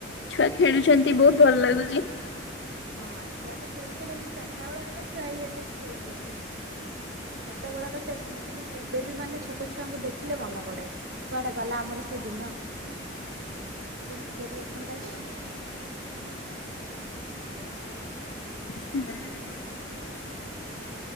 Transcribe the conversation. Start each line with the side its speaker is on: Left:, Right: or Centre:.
Left: ଛୁଆ ଖେଳୁଛନ୍ତି, ବହୁତ ଭଲ ଲାଗୁଚି।
Right: ହଁ, ଛୁଆ ତ ଖେଳୁଚନ୍ତି, ଏମିତି ଚାରିଟା ବେଳ ହେଲେ ଛୁଆ ହେଇ ଏଠି ବି ଖେଳୁଚନ୍ତି। ଛୋଟବେଳର ସେ ସୃ ସୃତି, ଏବେ ବି ମାନେ ଛୋଟ ଛୁଆଙ୍କୁ ଦେଖିଲେ ମନେ ପଡେ, କୁଆଡେ ଗଲା ଆମର ସେ ଦିନ? ପୁଣି ଫେରି ଆସନ୍ତା କି?
Left: ହୁଁ ଉଁ।